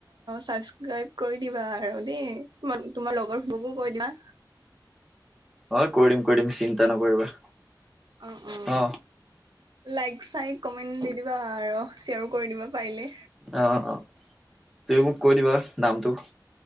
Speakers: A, on the right (about 70°); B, in the centre.
A: চাবক্ৰাইব কৰি দিবা আৰু দেই। তোমাৰ লগৰ বোৰকো কৈ দিবা।
B: অ', কৰি দিম-কৰি দিম চিন্তা নকৰিবা।
A: অহ - অহ
B: অ
A: লাইক লাইক চাইক কমেণ্ট দি দিবা আৰু শ্বেয়াৰো কৰি দিবা পাৰিলে।
B: অ', তুমি মোক কৈ দিবা নামটো?